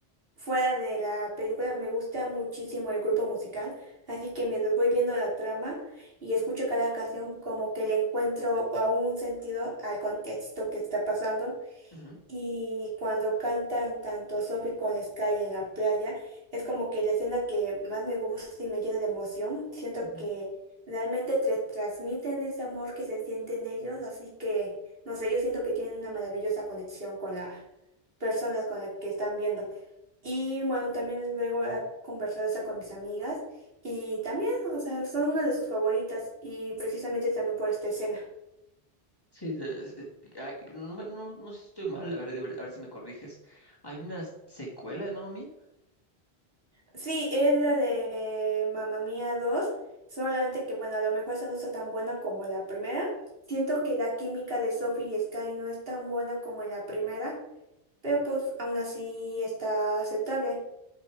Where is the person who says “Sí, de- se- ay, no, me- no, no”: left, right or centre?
Left